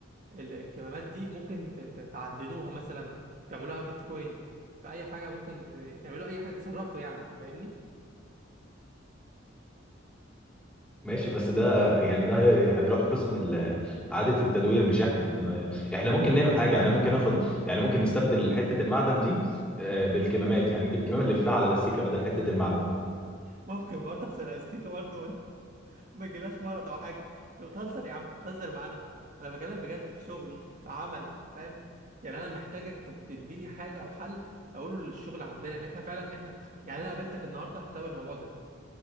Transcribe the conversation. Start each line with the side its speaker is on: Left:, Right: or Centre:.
Right: ال- الكمامات دي ممكن ت- ت- تعدنوها مثلا تعملوها بيتكوين في اي حاجه ممكن ت- تعملوا اي حاجه تصرفوا يعني فاهمني
Centre: ماشي بس ده يعني ده هي- هيروح قسم ال- إعادة التدوير مش احنا أنا احنا ممكن نعمل حاجة يعني ممكن ناخد يعني ممكن نستبدل حتة المعدن دي آه، بالكمامات يعني نجيب كمام نلفها على الأسيكة بدل حتة المعدن
Right: ممكن برضه عشان الاستيكه برضه ما يجيلهاش مرض او حاجه انت بتهزر يا عم بتهزر معانا انا بكلم بجد في شغل <laughs> في عمل فاهم يعني انا محتاجك تب- تديني حاجه او حل اقوله للشغل عندنا ان احنا فعلا احنا يعني انا قابلتك النهارده بسبب الموضوع ده